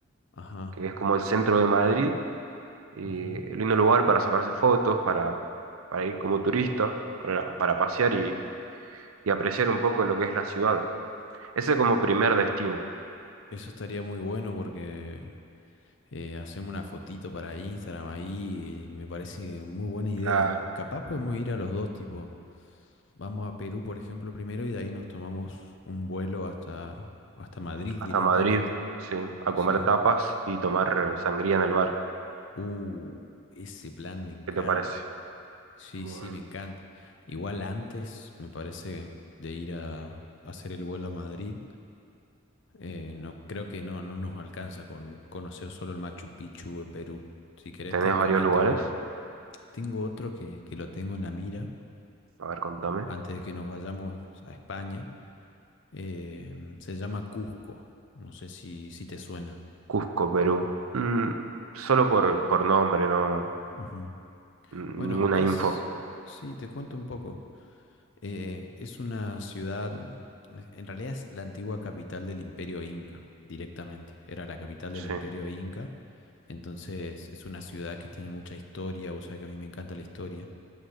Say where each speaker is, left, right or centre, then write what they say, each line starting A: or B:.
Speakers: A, on the left; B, on the right.
A: ajá.
B: que es como el centro de Madrid. Y
A: ujú.
B: el lindo lugar para sacarse fotos, para, para ir como turista, para, para pasear y, y apreciar un poco lo que es la ciudad. Ese como primer destino.
A: Eso estaría muy bueno porque eh, hacemos una fotito para Instagram ahí. Me parece muy buena idea.
B: Claro,
A: Capaz podemos ir a los dos, tipo, vamos a Perú, por ejemplo, primero y de ahí nos tomamos un vuelo hasta, hasta Madrid
B: hasta
A: directamente.
B: Madrid, sí, a
A: Sí.
B: comer tapas y tomar eh, sangría en el bar.
A: Uh, ese plan me encanta.
B: ¿Qué te parece?
A: Sí,
B: Bueno,
A: sí, me encanta. Igual antes, me parece, de ir a hacer el vuelo a Madrid, eh, no, creo que no, no nos alcanza con conocer solo el Machu Picchu en Perú. Si querés
B: ¿tenés
A: te
B: varios
A: comento,
B: lugares?
A: tengo otro que, que lo tengo en la mira
B: A ver, contame.
A: antes de que nos vayamos a España. eh, se llama Cusco. No sé si, si te suena.
B: Cusco, Perú. Mm, solo por, por nombre, no.
A: Ujú.
B: n-
A: Bueno,
B: Ninguna
A: es...
B: info.
A: Sí, te cuento un poco. Eh, es una ciudad, en realidad es la antigua capital del Imperio Inca, directamente. Era la capital del
B: Sí,
A: Imperio Inca, entonces es una ciudad que tiene mucha historia, vos sabés que a mí me encanta la historia.